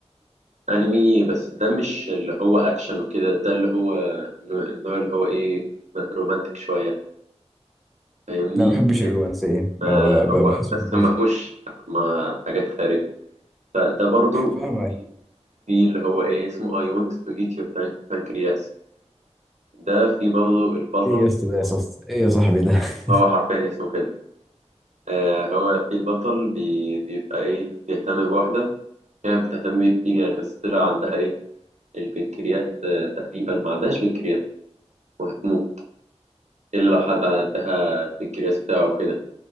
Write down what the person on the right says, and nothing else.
انمي بس ده مش اللي هو اكشن وكده ده اللي هو النوع النوع اللي هو ايه رومانتك شويه فاهمني
ما
هو
بس
ما فيهوش ما حاجات خارجه فده برضو
في في اللي هو ايه اسمه I want to eat your pan- pancreas ده في برضو البطل
هو حرفيا اسمه كده آه هو في البطل بي بيبقى إيه بيهتم بواحدة كانت بتهتم بيه كتير يعني بس طلع عندها إيه البنكرياس آه تقريبا ما عندهاش بنكرياس وهتموت إلا لو حد عندها البنكرياس بتاعه وكده